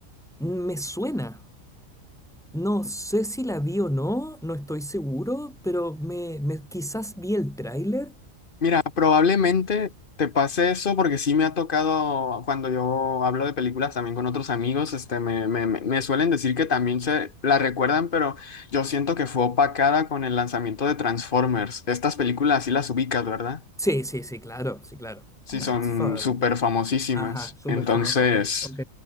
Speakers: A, in the centre; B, on the left.
A: me suena. No sé si la vi o no, no estoy seguro, pero me, me- quizás vi el tráiler.
B: Mira, probablemente te pase eso porque sí me ha tocado cuando yo hablo de películas también con otros amigos, este, me, me, me me suelen decir que también se la recuerdan, pero yo siento que fue opacada con el lanzamiento de Transformers. Estas películas sí las ubicas, ¿verdad?
A: Sí, sí, sí, claro, sí, claro.
B: Sí,
A: Transformers.
B: son súper famosísimas.
A: Ajá, súper
B: Entonces...
A: famosa. Ok,